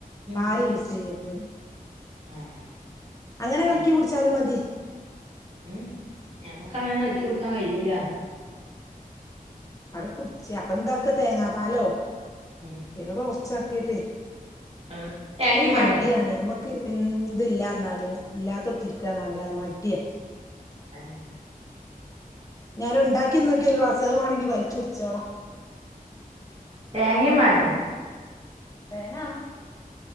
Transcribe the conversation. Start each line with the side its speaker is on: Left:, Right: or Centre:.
Right: ഉം
Left: പാല് യൂസെയ്യരുത്
Right: ആഹ്
Left: അങ്ങനെ കലക്കി
Right: ഞമ്മ
Left: കുടിച്ചാലും മതി
Right: ഉം ഞമ്മക്ക് അങ്ങനെ കലക്കി കൊടുക്കാൻ കഴിയ്യൂല.
Left: അട് കുട്ച്ചഅപ്പൊ എന്താക്ക തേങ്ങാ പാലോ
Right: ഉം
Left: അല്ലെല് റോസ്റ്റാക്കിട്ടേയ്
Right: ആഹ് തേങ്ങിം
Left: അയ്ന് മടിയാണ്
Right: വേണ്ടേ
Left: ഞമ്മക് ക്ക് എന്ത് ഇല്ലാർഞ്ഞാലും ഇല്ലാതെ കുത്തിരിക്ക ന്നല്ലാതെ മടിയ
Right: അന്നെ
Left: ഞാൻ ഇണ്ടാക്കി നോക്കിയെന്നൊക്കി ഒരുക്ലാസ്സ്‌ അത് മാണെങ്കി വലിച്ച് കുടിച്ചോളാം
Right: തേങ്ങിമാണ്ടേ
Left: തേങ്ങാണം.